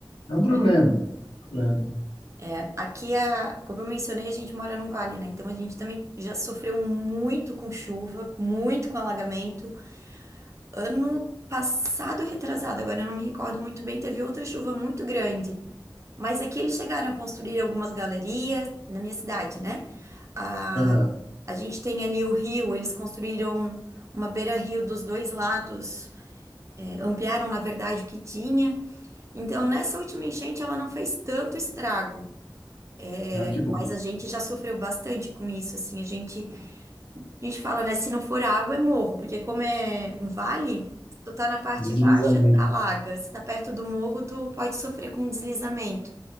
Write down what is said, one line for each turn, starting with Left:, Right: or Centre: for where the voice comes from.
Left: É um problema,
Right: sim.
Left: um problema.
Right: É, aqui, a, como eu mencionei, a gente mora num vale, né? Então a gente também já sofreu muito com chuva, muito com alagamento. Ano passado, retrasado, agora eu não me recordo muito bem, teve outra chuva muito grande. Mas aqui eles chegaram a construir algumas galerias na minha cidade, né? A,
Left: Aham.
Right: a gente tem ali o rio, eles construíram uma beira-rio dos dois lados. é, ampliaram, na verdade, o que tinha. Então, nessa última enchente, ela não fez tanto estrago, é,
Left: Ah, que
Right: mas
Left: bom.
Right: a gente já sofreu bastante com isso, assim, a gente, a gente fala, né, se não for água, é morro, porque como é um vale, se tu tá na parte
Left: Deslizamento.
Right: baixa, alaga, se tá perto do morro, tu pode sofrer com deslizamento.